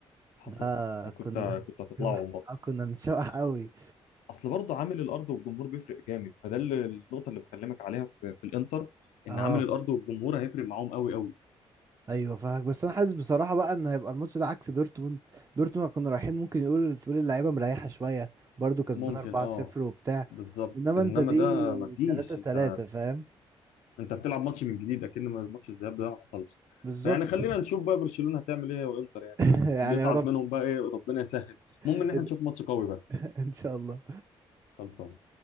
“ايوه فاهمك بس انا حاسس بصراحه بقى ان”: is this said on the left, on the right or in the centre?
Right